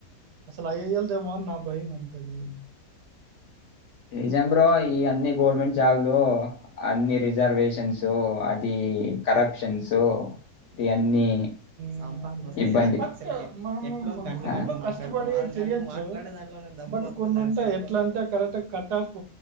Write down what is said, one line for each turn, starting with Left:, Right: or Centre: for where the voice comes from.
Right: అసలుయి చల్ద మోన్ నా భాయి మనంత బ
Left: జో ఈ అన్ని గవర్నమెంట్ జాబ్లు అన్ని రిజర్వేష అది కరప్షన్స్ అన్నీ
Right: సంపా మస్త
Left: ఇబ్బంది.
Right: క బ ఎట్ గంట్ల
Left: ఆ!
Right: గంటలు కాస్టపడి చెయచ్చు బ కొన్ని ఎట్లా అంటే కరెక్ట్ కట్ ఆఫ్